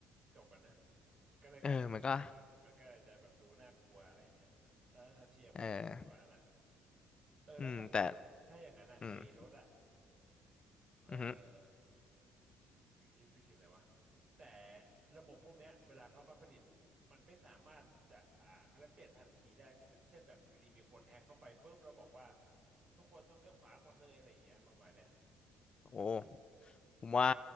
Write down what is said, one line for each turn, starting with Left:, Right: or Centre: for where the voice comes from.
Right: จบอ่ะนะมันก็เลยกลายคิดว่ามันมันก็จะแบบดูน่ากลัวอะไรอย่างเงี้ยถ้าถ้าถ้าเทียบอ่ะนะที่พี่ว่านะ
Left: เออมันก็เออ
Right: เออแล้วถ้าสมมติถ้าอย่างนั้นอะไอ้รถอะ
Left: อืมแต่อืม
Right: เออ
Left: อือฮึ
Right: อยู่ที่พิถึงไหนวะแต่ระบบพวกเนี้ยเวลาเขามาผลิตมันไม่สามารถจะอ่าเขาจะเปลี่ยนทันทีได้ใช่ไหมเช่นแบบอยู่ดีมีคนแฮกเข้าไปปุ๊บแล้วบอกว่าทุกคนต้องเลี้ยวขวาหมดเลยอะไรอย่างเงี้ยประมาณเนี้ย
Left: โอ้ผมว่า